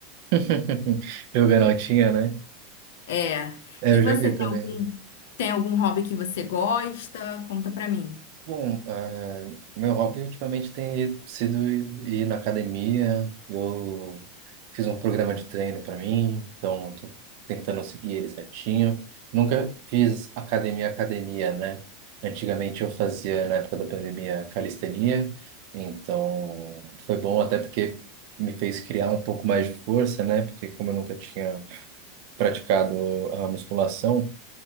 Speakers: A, on the right (about 50°); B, on the left (about 75°).
A: <laughs> Jogando altinha, né?
B: É.
A: É,
B: E
A: eu
B: você
A: já vi também.
B: tem algum, tem algum hobby que você gosta? Conta pra mim.
A: Bom, eh, meu hobby ultimamente tem sido ir ir na academia. Eu fiz um programa de treino para mim, então tô tentando seguir ele certinho. Nunca fiz academia, academia, né? Antigamente eu fazia, na época da pandemia, calistenia, então foi bom até porque me fez criar um pouco mais de força, né? Porque como eu nunca tinha praticado a musculação,